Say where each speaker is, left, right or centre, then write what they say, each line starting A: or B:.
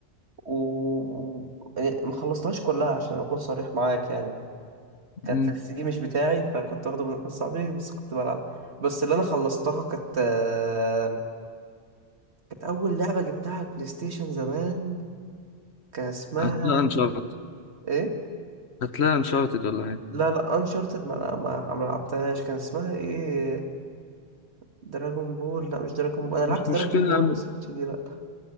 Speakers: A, on the right; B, on the left.
A: وما خلصتهاش كلها عشان اكون صريح معاك يعني
B: مم.
A: كانت السي دي مش بتاعي فكنت واخده من واحد صاحبي بس كنت بلعب بس اللي انا خلصتها كانت آه، كانت اول لعبه جبتها على البلاي ستيشن زمان كان اسمها
B: هتلاقي انشارتد
A: ايه
B: هتلاقي انشارتد ولا حاجة
A: لا لا انشارتد ما لا ما ما لعبتهاش كان اسمها ايه دراجون بول لا مش دراجون بول انا لعبت
B: مش مشكلة
A: دراجون بول
B: يا عم
A: بس مش دي لا